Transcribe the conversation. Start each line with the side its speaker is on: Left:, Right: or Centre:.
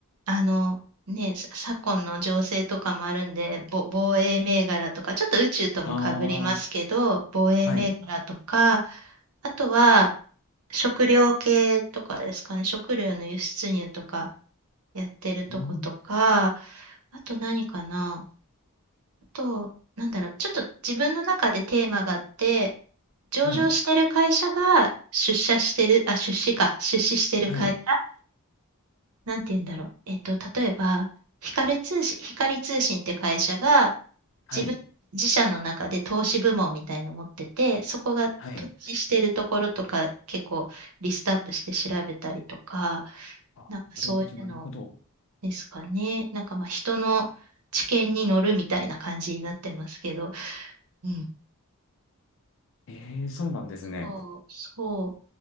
Right: あ、あの、ね、さ昨今の情勢とかもあるんで、ぼ防衛銘柄とか、ちょっと宇宙ともかぶりますけど、
Left: ああ
Right: 防衛銘柄とか、
Left: ー、はい。
Right: あとは、食料系とかですかね。食料の輸出入とかやってるとことか、
Left: うん、
Right: あと何かな。あと、なんだろう。ちょっと自分の中でテーマがあって、上場してる会社が出社してる、
Left: はい、
Right: あ、出資か。出資してる会社。
Left: はい、
Right: なんて言うんだろう。えっと、例えば、光通信、光通信って会社が、
Left: はい、
Right: 自分、自社の中で投資部門みたいの持ってて、そこが投資してるところとか結構リストアップして調べたりとか、
Left: はい。あ、
Right: なんかそういうの
Left: なるほど、なるほど。
Right: ですかね。なんかまあ人の知見に乗るみたいな感じになってますけど、うん。
Left: ええ、そうなんですね。
Right: そう、そう。